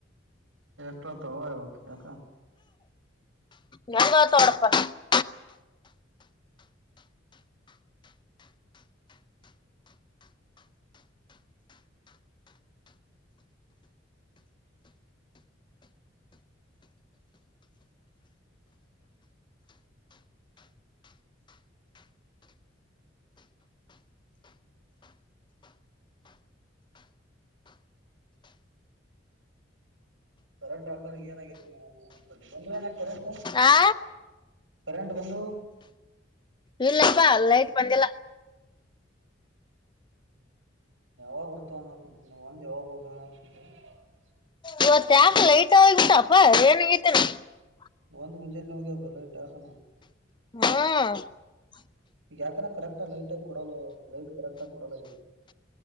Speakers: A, on the right; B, on the left.
A: ಎಟೋ ತ ಹ ಓಕೆ ಆಕಾ <inaudible>
B: ನಂಗ ತೋಡಪ <unintelligible>
A: ಕರೆಂಟ್ ಹಾಕರ್ ಏನಾಗಿೈತ್ತು ನಾವು ಬಂದು ಏನ ಕರೆಂಟ್
B: ಆ
A: <inaudible> ಕರೆಂಟ್ ಒಂದು <inaudible>
B: ಇಲ್ಲಪ್ಪ ಲೈಟ್ ಬಂದೆಲ್ಲ <unintelligible>
A: ಯಾವಾಗ ಬರ್ತಾವನ್ನ ಕುಂತವಿ ನವು ಒಂದ್ ಯಾವಾಗ ಹೋಗೇವೆ ಅನ್ಿದ್ದೇವಿ <unintelligible>
B: ಇವತ್ ಯಾಕ ಲೈಟ್ೋಗ್ಬಿಟಪ್ಪ ಏನ್ಗೈತೆರಿ <unintelligible>
A: ಒಂದು್ ಮುಂಜೆೆಯಲ್ಲಿ ನಮಗೆ ಬಲ ಇಟಾಕಣ <unintelligible>
B: ಹಾ <inaudible>
A: ಈಗ ಯಾಕಾನ ಕರೆಕ್ಟ ಲೈಟ್ ಆಗ ಕೊಡಲ್ಲ ಲೈಟ್ ಕರೆಕ್ಟ ಆ ಕೊಡಲ್ಲ